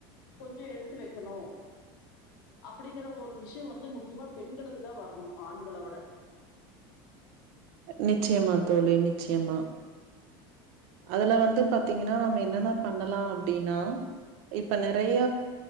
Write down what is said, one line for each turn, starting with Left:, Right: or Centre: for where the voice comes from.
Left: கொஞ்சோ எடுத்து வெக்கணு அப்படிங்கிற ஒரு விஷயம் வந்து முக்கியமா பெண்களுக்கு தா வரணும் ஆண்கள விட
Right: நிச்சயமா தோழி நிச்சயமா அதுல வந்து பாத்தீங்கன்னா நம்ம என்ன என்ன பண்ணலா அப்டின்னு இப்ப நெறைய